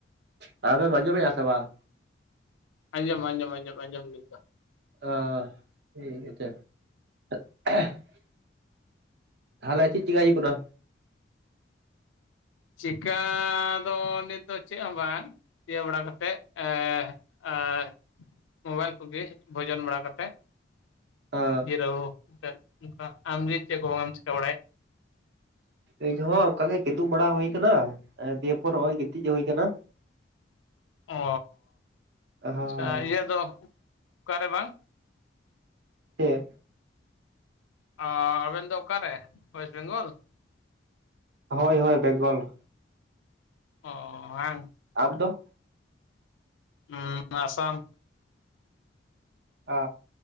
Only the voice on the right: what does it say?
ᱟᱢᱮᱢ ᱟᱸᱡᱚᱢᱮᱜᱼᱟ ᱥᱮ ᱵᱟᱝ?
ᱚ ᱴᱷᱤᱠ ᱟᱪᱷᱮ <unintelligible> ᱛᱟᱦᱚᱞᱮ ᱪᱮᱫ ᱪᱤᱠᱟᱭ ᱦᱩᱭᱩᱜ ᱠᱟᱱᱟ?
ᱚ
ᱤᱧᱦᱚᱸ ᱚᱱᱠᱟ ᱜᱮ ᱠᱤᱫᱩᱵ ᱵᱟᱲᱟ ᱦᱩᱭ ᱠᱟᱱᱟ, ᱫᱤᱭᱮ ᱯᱚᱨ ᱱᱚᱸᱜᱼᱚᱭ ᱜᱤᱛᱤᱡ ᱦᱩᱭ ᱠᱟᱱᱟ᱾
ᱦᱳᱭ
ᱪᱮᱫ?
ᱦᱳᱭ ᱦᱳᱭ ᱵᱮᱝᱜᱚᱞ᱾
ᱟᱢ ᱫᱚ?
ᱟᱻ